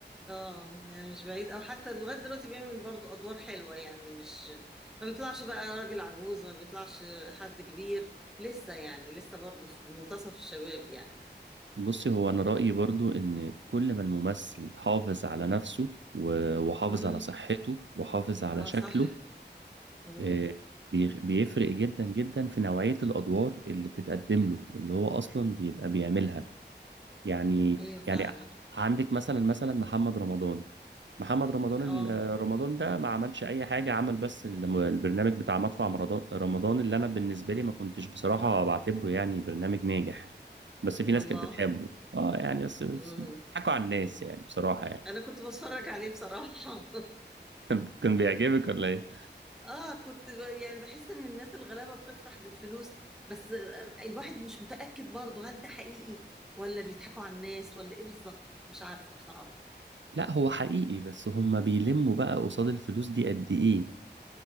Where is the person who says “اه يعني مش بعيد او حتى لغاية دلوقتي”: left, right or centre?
Centre